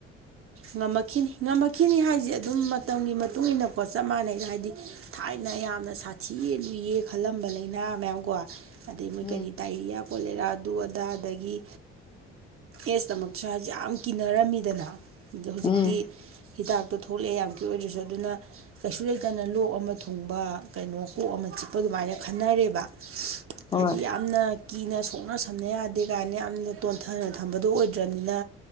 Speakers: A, on the right (about 40°); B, on the left (about 15°).
A: ꯉꯝꯃꯛꯈꯤꯅꯤ ꯉꯝꯃꯛꯈꯤꯅꯤ ꯍꯥꯏꯁꯦ ꯑꯗꯨꯝ ꯃꯇꯝꯒꯤ ꯃꯇꯨꯡ ꯏꯟꯅꯀꯣ ꯆꯞ ꯃꯥꯟꯅꯩꯗ ꯍꯥꯏꯗꯤ ꯊꯥꯏꯅ ꯌꯥꯝꯅ ꯁꯥꯊꯤꯌꯦ ꯂꯨꯏꯌꯦ ꯈꯜꯂꯝꯕ ꯂꯥꯏꯅꯥ ꯃꯌꯥꯝ ꯀꯣ ꯑꯗꯩ ꯃꯣꯏ
B: ꯎꯝ
A: ꯀꯔꯤ ꯗꯥꯏꯔꯤꯌꯥ ꯀꯣꯂꯦꯔꯥ ꯑꯗꯨ ꯑꯗꯥ ꯑꯗꯒꯤ ꯑꯦꯁꯇꯃꯛꯁꯨ ꯌꯥꯝ ꯀꯤꯅꯔꯝꯃꯤꯗꯅ ꯑꯗꯣ ꯍꯧꯖꯤꯛꯇꯤ
B: ꯎꯝ
A: ꯍꯤꯗꯥꯛꯇꯣ ꯊꯣꯛꯂꯛꯑꯦ ꯌꯥꯝꯀꯤꯌꫭꯔ ꯑꯣꯏꯗꯔꯁꯨ ꯑꯗꯨꯅ ꯀꯩꯁꯨ ꯂꯩꯇꯅ ꯂꯣꯛ ꯑꯃ ꯊꯨꯡꯕ ꯀꯩꯅꯣ ꯀꯣꯛ ꯑꯃ ꯆꯤꯛꯄ ꯑꯗꯨꯃꯥꯏꯅ ꯈꯟꯅꯔꯦꯕ
B: ꯍꯣꯏ
A: ꯍꯥꯏꯗꯤ ꯌꯥꯝꯅ ꯀꯤꯅ ꯁꯣꯛꯅ ꯁꯝꯅ ꯌꯥꯗꯦ ꯀꯥꯏꯅ ꯌꯥꯝꯅ ꯇꯣꯟꯊꯅ ꯊꯝꯕꯗꯣ ꯑꯣꯏꯗ꯭ꯔꯝꯅꯤꯅ